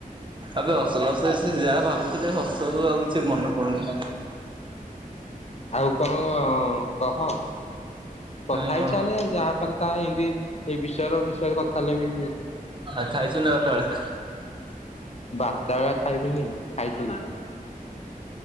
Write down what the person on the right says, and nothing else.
ଏବେ ଅସଲସ ଯାହା ଭାବୁଥିଲି ହସୁ ଆଉ କିଛି ମନେ ପଡୁନି।
କାଇଁ କଣ
ଆଉ ଖାଇଚୁ ନା ବାରଟାବେଳେ?